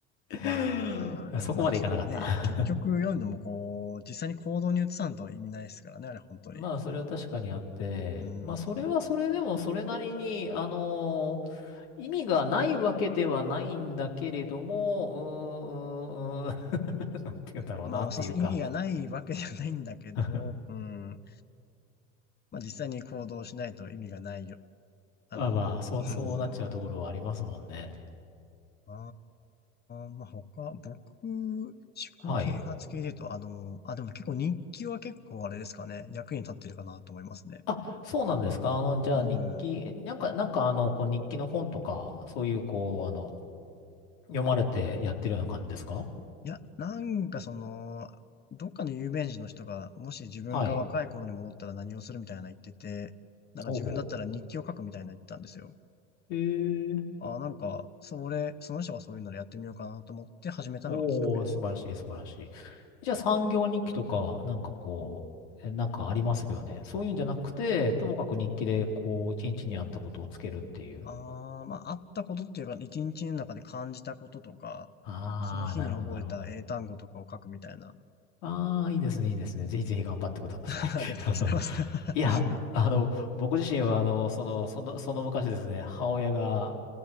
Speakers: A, on the left; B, on the left.
A: <laughs>
B: まあ、でもなんかそのね、
A: そこまでいかなかった。
B: 結局読んでもこう、実際に行動に移さんと意味ないですからね、あれ本当に。
A: <laughs> まあ、それは確かにあって、
B: うん。
A: まあ、それはそれでも、それなりに、あのー意味がないわけではないんだけれども、うーん、うーん、うーん <laughs> なんて言うんだろうなっていうか
B: まあ、そうですね、意味がないわけじゃないんだけど、
A: <laughs>
B: うん。まあ、実際に行動しないと意味がないよ。あの、
A: まあまあ、そう、
B: うん。
A: そうなっちゃうところはありますもんね。
B: あー、まあ、他、僕、思考啓発系で言うと、
A: はい。
B: あの、あ、でもね結構日記は結構あれですかね、役に立ってるかなと思いますね。
A: あ、そうなんですか。あの、じゃあ日記、
B: うん。
A: えなんか、なんかあの、こう日記の本とか、そういう、こう、あの、読まれてやってるような感じですか
B: いや、なんかその、どっかの有名人の人が、もし自分が若い頃に戻ったら何をするみたいな言ってて、
A: はい。
B: なんか自分だったら日記を書くみたいな言ってたんですよ。
A: ほうほう。へえ。
B: あー、なんか、それ、その人がそういうのでやってみようかなと思って始めたのがきっかけですね。
A: おー、素晴らしい、素晴らしい。じゃあ産業日記とか、なんかこう、えなんかありますよね。そういうんじゃなくて、ともかく日記で、こう、一日にあったことをつけるっていう。
B: ああ、まあ、あったことっていうか、一日の中で感じたこととか、
A: ああ、
B: その日に覚えた英単語とかを書くみたいな。
A: なるほど、なるほど。ああ、いいですね、いいですね。ぜひぜひ頑張ってください。
B: <laughs> ありがとうございます。
A: <laughs> あの、
B: <laughs>
A: いや、あの、僕自身は、あの、その、その、その昔ですね、母親が、